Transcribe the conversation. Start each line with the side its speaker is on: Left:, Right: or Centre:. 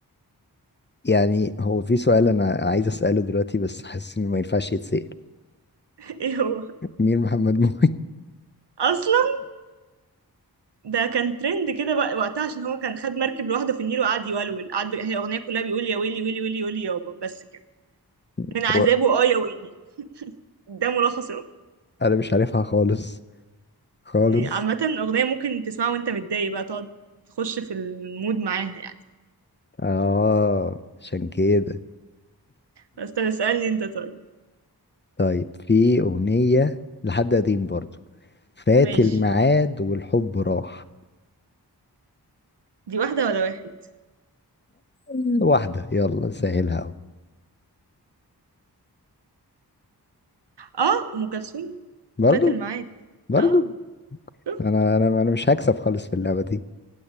Left: يعني هو في سؤال انا عايز اسأله دلوقتي بس حاسس انه ما ينفعش يتسأل
Right: <laughs> ايه هو
Left: مين محمد مومي
Right: اصلا ده كان ترند كده بقى وقتها عشان هو كان خد مركب لوحده في النيل وقعد يولول قعد هي اغنيه كلها بيقول يا ويلي ويلي ويلي ويلي يابا بس كده
Left: <laughs>
Right: من عذابه
Left: هو
Right: اه يا ويلي ده ملخص
Left: انا مش عارفها خالص خالص
Right: عامة أغنية ممكن تسمعها وأنت متضايق بقى تقعد تخش في المود معاها يعني
Left: اه عشان كده
Right: بس طب اسألني أنت طيب
Left: طيب في أغنية لحد قديم برضو فات
Right: ماشي
Left: الميعاد والحب راح
Right: دي واحدة ولا واحد
Left: مم. واحدة يلا سهلها أهو
Right: اه أم كلثوم
Left: برضو
Right: فات الميعاد
Left: برضو
Right: اه شفت
Left: أنا أنا أنا مش هكسب خالص في اللعبة دي